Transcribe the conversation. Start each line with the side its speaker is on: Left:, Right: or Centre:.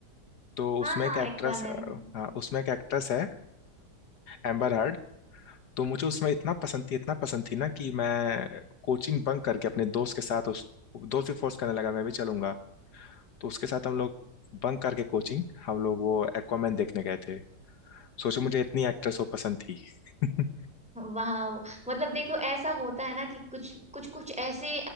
Left: तो उसमें
Centre: हाँ हाँ
Left: एक एक्ट्रेस
Centre: एक्वामैन
Left: हाँ उसमें एक एक्ट्रेस है एम्बर हर्ड तो मुझे उसमें इतना पसंद थी इतना पसंद थी ना कि मैं कोचिंग बंक करके अपने दोस्त के साथ उस दोस्त भी फोर्स करने लगा मैं भी चलूंगा तो उसके साथ हम लोग बंक करके कोचिंग हम लोग वो एक्वामैन देखने गए थे सोचो मुझे इतनी एक्ट्रेस वो पसंद थी <laughs>
Centre: वाह मतलब देखो ऐसा होता है ना कि कुछ कुछ कुछ ऐसे